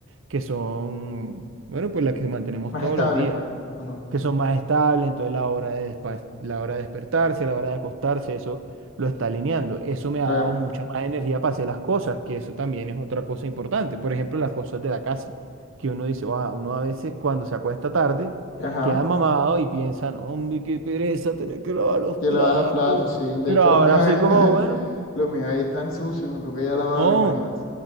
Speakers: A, on the right; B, on the left.
A: que son, bueno, pues las que mantenemos
B: Más
A: todos
B: estable,
A: los días.
B: pues. Ujú.
A: que son más estables, entonces la hora de, despa- la hora de despertarse, la hora de acostarse, eso lo está alineando. Eso me ha
B: Claro,
A: dado mucha más energía para hacer las cosas, que eso también es otra cosa importante. Por ejemplo, las cosas de la casa, que uno dice, "Ah, uno a veces cuando se acuesta tarde,
B: ajá.
A: queda mamado y piensan, hombre, qué pereza tener que lavar los
B: Que
A: platos.
B: lava los platos, sí, de
A: Pero
B: hecho
A: ahora
B: los míos, es-
A: soy como,
B: <laughs>
A: bueno,
B: los míos ahí están sucios, tú que ya lavado,
A: no.
B: imagínate.